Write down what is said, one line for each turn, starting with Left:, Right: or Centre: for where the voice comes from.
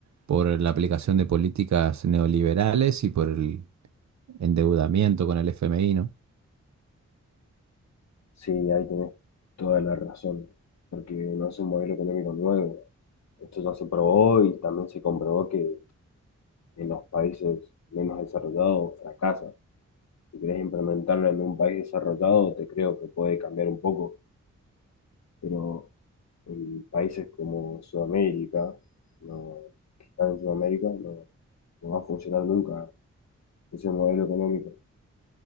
Right: por la aplicación de políticas neoliberales y por el endeudamiento con el FMI, ¿no?
Left: Sí, ahí tenés toda la razón, porque no es un modelo económico nuevo. Esto ya se probó y también se comprobó que en los países menos desarrollados fracasa. Si querés implementarlo en un país desarrollado, te creo que puede cambiar un poco, pero en países como Sudamérica, no, que están en Sudamérica, no, no va a funcionar nunca ese modelo económico.